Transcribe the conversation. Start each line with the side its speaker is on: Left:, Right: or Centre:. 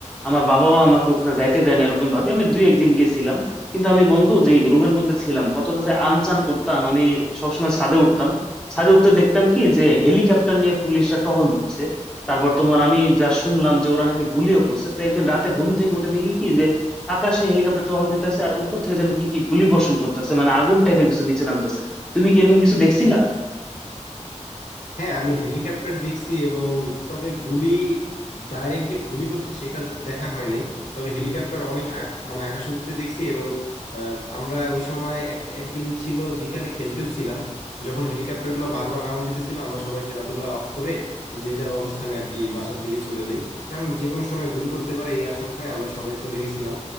Centre: আমার বাবা মা আমাকে ওখানে যাইতে দেন এরকম ভাবে আমি দুই একদিন গেছিলাম কিন্তু আমি বন্ধু যে রুমের মধ্যে ছিলাম কতটা যে আনচান করতাম আমি সবসময় ছাদে উঠতাম ছাদে উঠতে দেখতাম কি যে হেলিকপ্টার নিয়ে পুলিশরা টহল দিচ্ছে তারপর তোমার আমি যা শুনলাম যে ওরা নাকি গুলিও করছে তো একদিন রাতে ঘুম থেকে উঠে দেখি কি যে আকাশে হেলিকপ্টার টহল দিতেছে আর উপর থেকে যেন কি কি গুলি বর্ষণ করতেছে মানে আগুন টাইপের কিছু নিচে নামতেছে তুমি কি এরকম কিছু দেখছিলা
Left: হ্যাঁ আমি হেলিকপ্টার দেখছি এবং তবে গুলি ডাইরেক্ট যে গুলি করছে সেটা দেখা হয় নাই তবে হেলিকপ্টার অনেক আক- মানে আকাশে উঠতে দেখছি এবং আহ, আমরা ওই সময় একটা একদিন ছিল বিকালে খেলতেও ছিলাম যখন হেলিকপ্টারগুলো বারবার রাউন্ড দিতেছিল আমরা সবাই খেলাধুলা অফ করে যে যার অবস্থানে আর কি বাসার দিকে চলে যাই কারণ যে কোনো সময় গুলি করতে পারে এই আশঙ্কায় আমরা সবাই চলে গেছিলাম